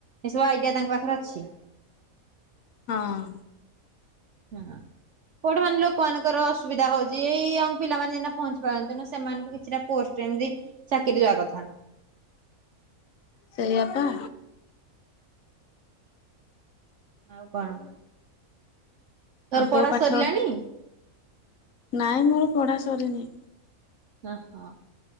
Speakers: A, on the right; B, on the left.
A: ଏସବୁ ଆଇଡିଆ ତାଙ୍କ ପାଖରେ ଅଛି।
B: ହଁ।
A: ହେନା। କଉଠି ମାନେ ଲୋକମାନଙ୍କର ଅସୁବିଧା ହଉଚି, ଏଇ ୟଙ୍ଗ୍ ପିଲାମାନେ ଯାଇକିନା ପହଞ୍ଚି ପାରନ୍ତେ ନା, ସେମାନଙ୍କୁ କିଛିଟା ପୋଷ୍ଟ ଏମିତି, ଚାକିରି ଦବା କଥା।
B: ସେଇଆ ପା।
A: ଆଉ କଣ? ତର
B: ଆଉ ତୋ
A: ପଢା
B: ପାଠ
A: ସରିଲାଣି?
B: ନାଇଁ, ମୋର ପଢା ସରିନି।
A: ଅ, ହ।